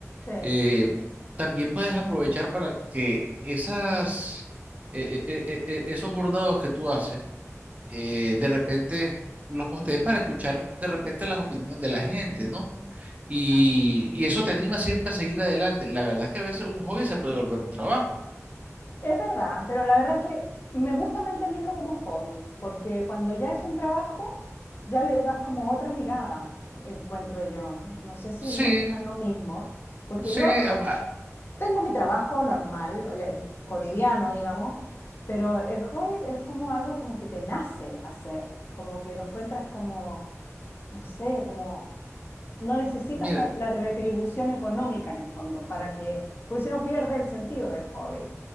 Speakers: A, on the left; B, on the right.
A: sí,
B: Eh, también puedes aprovechar para que esas, eh, eh, eh, eh, esos bordados que tú haces, eh, de repente los postees para escuchar de repente las opiniones de la gente, ¿no? Y,
A: Claro.
B: y eso te anima siempre a seguir adelante. La verdad es que a veces un hobby se puede volver un trabajo.
A: Es verdad, pero la verdad es que me gusta mantenerlo como hobby, porque cuando ya es un trabajo, ya le das como otra mirada, encuentro yo. No sé si
B: Sí,
A: opinas lo mismo, porque
B: sí,
A: yo
B: am- ah,
A: tengo mi trabajo normal, el, el cotidiano, digamos, pero el hobby es como algo como que te nace hacer, como que lo encuentras como, no sé, como no necesitas
B: mira,
A: la, la retribución económica en el fondo para que, porque si no pierde el sentido del hobby.